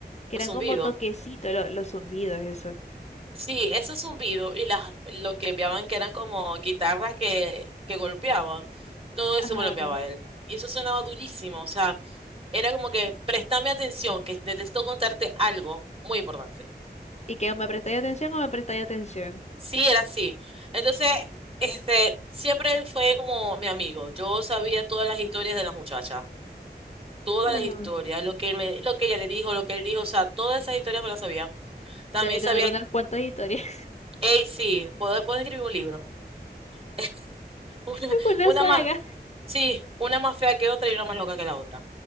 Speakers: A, on the left; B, on the right.
A: que
B: Los
A: eran
B: zumbidos.
A: como toquecitos lo- los zumbidos, eso.
B: Sí, esos zumbidos y las, lo que enviaban que eran como guitarras que, que golpeaban. Todo
A: Ajá,
B: eso me lo enviaba él. Y eso sonaba durísimo. O sea, era como que préstame atención, que necesito contarte algo muy importante.
A: Y que o me prestáis atención o me prestáis atención.
B: Sí, era así. Entonces, este, siempre él fue como mi amigo. Yo sabía todas las historias de las muchachas. todas
A: ajá.
B: las historias, lo que él me, lo que ella le dijo, lo que él dijo, o sea, todas esas historias me las sabía. También
A: Debe
B: sabía,
A: tener unas cuantas historias,
B: hey, sí, puedo, puedo escribir un libro. <laughs> Una,
A: <laughs> una
B: una
A: saga.
B: más, sí, una más fea que otra y una más loca que la otra.